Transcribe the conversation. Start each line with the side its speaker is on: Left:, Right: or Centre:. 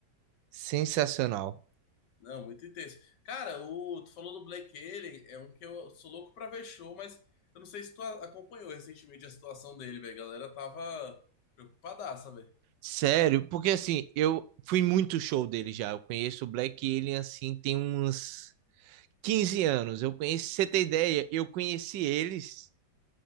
Right: Sensacional.
Left: Não, muito intenso. Cara, o, tu falou do Black Alien, é um que eu sou louco pra ver show, mas eu não sei se tu a- acompanhou recentemente a situação dele, velho. A galera tava preocupadaça, velho.
Right: Sério, porque assim, eu fui muito show dele já. Eu conheço o Black Alien assim tem uns 15 anos. Eu conheci, pra você tem ideia, eu conheci eles